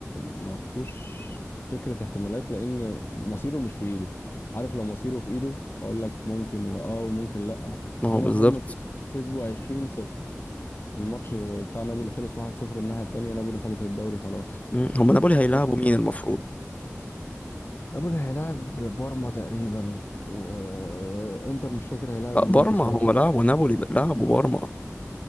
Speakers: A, on the left (about 45°); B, on the left (about 25°).
A: ما فيهوش فكرة احتمالات لأن مصيره مش في إيده عارف لو مصيره في إيده أقول لك ممكن وآه وممكن لأ
B: ما هو
A: إنما
B: بالظبط
A: هم كسبوا كسبوا 20 صفر الماتش بتاع نابولي خلص 1-0 الناحية التانية نابولي خلص الدوري خلاص
B: مم. هما نابولي هيلعبوا
A: حتى بتتكلم
B: مين المفروض
A: نابولي هيلاعب بارما تقريبا وإنتر مش فاكر هيلاعب
B: لا
A: مين
B: بارما
A: بصراحة
B: هما لعبوا نابولي ب- لعبوا بارما